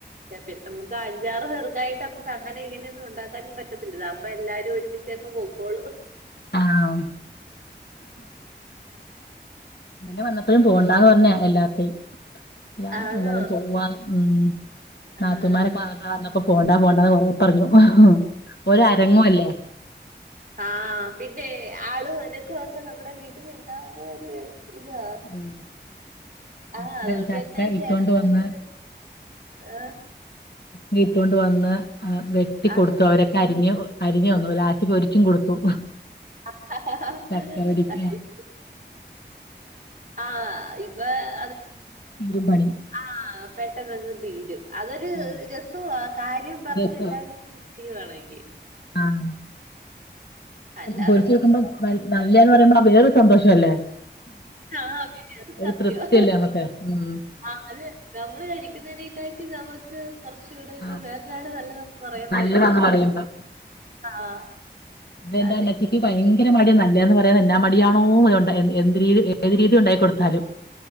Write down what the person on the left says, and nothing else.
ആഹ് ഇന്നലെ വന്നപ്പോഴും പോണ്ടാന്ന് പറഞ്ഞ എല്ലാതേം എല്ല
എല്ലാരും പോവ്വാന്ന് ഉം നാത്തൂമാരൊക്കെ
വന്ന വന്നപ്പോ പോണ്ട പോണ്ടന്ന് കൊറേ പറഞ്ഞു ഒര രങ്ങു ല്ലേ
ഉം
ചക്ക
ചക്ക
ഇട്ടോണ്ട്
വന്ന്
വീട്ടുകൊണ്ട് വന്ന് വെട്ടിക്കൊടുത്തു
അവരൊക്കെ അരിഞ്ഞ് അരിഞ്ഞു തന്നു ലാസ്റ്റ് പൊരിച്ചും കൊടുത്തു
ചക്ക പൊരിക്ക
ഇപണി
ആഹ്
രസാ
ആഹ്
പൊരിച്ചു
വെക്കുമ്പോംനൽ നല്ലന്ന് പറയുമ്പോ വേറൊരു സന്തോഷല്ലേ
ഒരു
തൃപ്തിയല്ലേ നമ്മക്ക് ഉം
ആ,
നല്ലതാന്ന് പറയുമ്പോ
വേണ്ടന്നച്ചക്ക്
ഭയങ്ങി ഭങ്കര മടി നല്ലതന്ന് പറയാൻ എല്ലാ മടിയാണോ ണ്ട് എൻ എന്ത് എന്ത് രീതി ഉണ്ടാക്കി കൊടുത്താലും